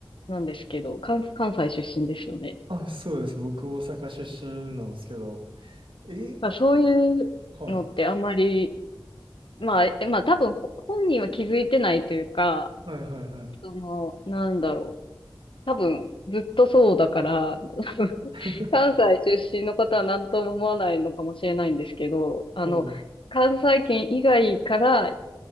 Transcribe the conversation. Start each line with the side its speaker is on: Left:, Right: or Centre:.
Left: なんですけど、関、関西出身ですよね。
Right: あ、そうです。僕、大阪出身なんですけど。え、
Left: まあそういうのってあんまり、
Right: は
Left: まあ、えまあ多分ほ本人は気づいてないというか、
Right: い、はい、はい、
Left: その、なんだろう。多分ずっとそうだから、<laughs>
Right: <laughs> はい、
Left: 関西出身の方は何とも思わないのかもしれないんですけど、あの、
Right: おう
Left: 関西圏以外から、